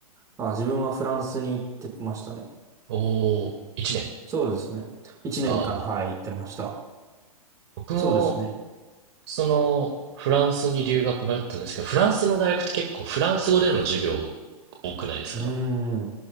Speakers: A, on the right; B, on the right.
A: あ、自分はフランスに行ってましたね。
B: おー、1年。
A: そうですね。一年間、
B: ああ。
A: はい、行ってました。
B: 僕も、
A: そうですね。
B: その、フランスに留学だったんですけど、フランスの大学って結構、フランス語での授業多くないですか
A: うーん。